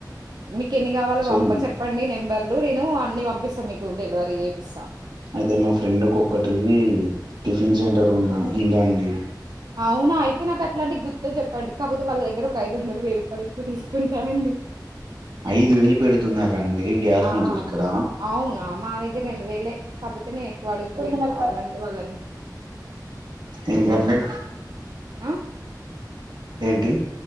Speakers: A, on the right; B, on the right.
A: మీ కి ఎన్ని కావాలా
B: అసలు
A: పంప చెప్పండి నెంబర్ లు నేను అన్ని పంపిస్తాను మీకు డెలివరీ చేపిస్తా
B: అయితే మా ఫ్రెండ్ ఒకక్కటి టిఫిన్ సెంటర్ ఉంద ఉందాండి
A: అవునా అయితే నాకు అట్లాంటి గుర్తు చెప్పండి కాకపోతే వాళ్ళ దగ్గర ఒక ఐ ఐదు వందలు వెయ్యి రూపాయలు ఎక్కువ తీసుకుంటా అండి
B: ఐదు వేలు పెడుతున్నారండి గ్యాస్
A: ఆ
B: ముద్దుకి ఇక్కడ
A: అవునా మా దగ్గర రెండు వేలే <unintelligible>
B: కొంతమంది
A: కావాలంటే వాళ్ళని
B: ఎటాండి
A: ఆ
B: ఏంటి